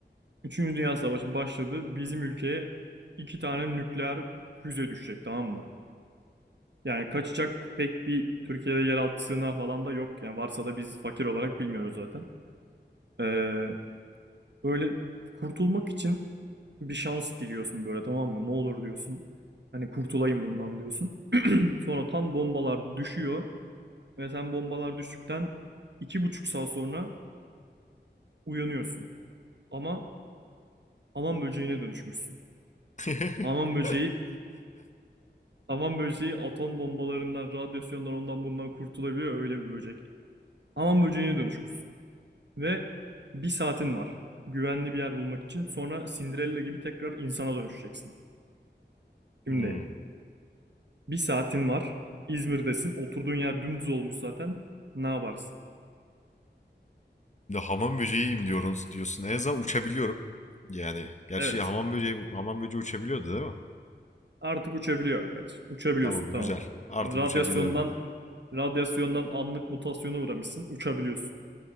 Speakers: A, on the right; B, on the left.
A: üçüncü Dünya Savaşı başladı. Bizim ülkeye iki tane nükleer füze düşecek tamam mı? Yani kaçacak pek bir Türkiye'de yeraltı sığınağı falan da yok. Yani varsa da biz fakir olarak bilmiyoruz zaten. Ee, böyle kurtulmak için bir şans diliyorsun böyle tamam mı? Ne olur diyorsun. Hani kurtulayım bundan diyorsun. <clears throat> Sonra tam bombalar düşüyor ve sen bombalar düştükten iki buçuk saat sonra uyanıyorsun. Ama aman böceğine dönüşmüşsün.
B: <laughs>
A: Aman böceği, aman böceği atom bombalarından, radyasyondan ondan bundan kurtulabiliyor öyle bir böcek. Aman böceğine dönüşmüşsün. Ve bir saatin var. Güvenli bir yer bulmak için. Sonra Cinderella gibi tekrar insana dönüşeceksin. Şimdi
B: Hmm.
A: bir saatin var. İzmir'desin. Oturduğun yer dümdüz olmuş zaten. Ne yaparsın?
B: Bir De hamam böceğiyim diyorsun, diyorsun. En azından uçabiliyorum. Yani gerçi
A: Evet.
B: hamam böceği hamam böceği uçabiliyordu değil mi?
A: Artık uçabiliyor kardeşim. Uçabiliyorsun
B: Tamam
A: tamam.
B: güzel. Artık
A: Yani radyasyondan
B: uçabiliyorum.
A: radyasyondan anlık mutasyona uğramışsın. Uçabiliyorsun.